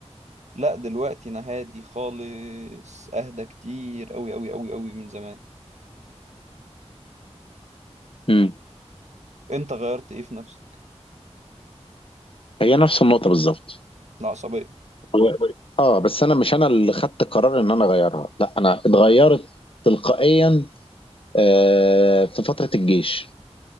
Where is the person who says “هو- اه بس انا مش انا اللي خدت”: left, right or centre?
Left